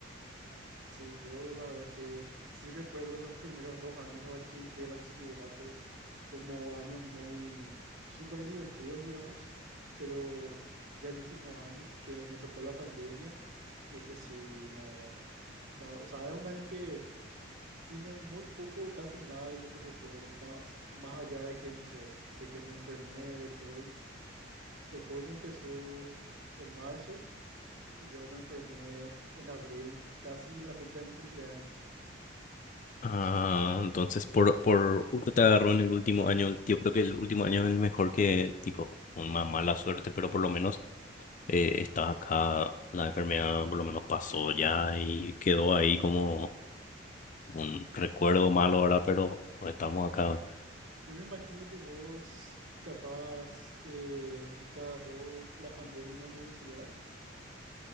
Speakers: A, on the right (about 75°); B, on the left (about 40°).
A: Sí, yo la verdad que sí recuerdo los primeros dos años de, bachi- de bachillerato como años muy súper divertidos, digamos, pero ya el último año que me tocó la pandemia, ese sí, no, no, o sea, es un año que tiene muy poco o casi nada de lo que recuerdo, más, más allá de que, no sé, de que me enfermé de COVID. El COVID empezó en marzo y yo me enfermé en abril, casi en la fecha de mi cumpleaños.
B: Ah, entonces por, por justo te agarró en el último año, yo creo que el último año es el mejor que tipo, una mala suerte, pero por lo menos eh, está acá, la enfermedad por lo menos pasó ya y quedó ahí como un recuerdo malo ahora, pero estamos acá ahora.
A: Yo me imagino que vos capaz eh, te agarró la pandemia en la universidad